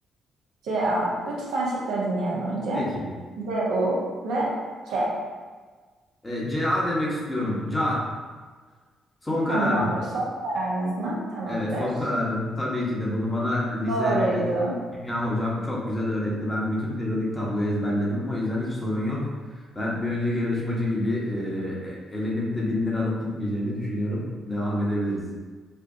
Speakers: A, on the right; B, on the left.
A: Ca. Lütfen şıkları dinleyelim önce.
B: Peki.
A: Cu ve K.
B: E, CA demek istiyorum. CA. Son kararım.
A: Tamamdır. Son kararınız mı? Tamamdır.
B: Evet, son kararım. Tabii ki de bunu bana lisede
A: Doğruydu.
B: kimya hocam çok güzel öğretti. Ben bütün periyodik tabloyu ezberledim. O yüzden hiç sorun yok. Ben bir önceki yarışmacı gibi e, e, elenip de bin lira alıp gitmeyeceğimi düşünüyorum. Devam edebiliriz.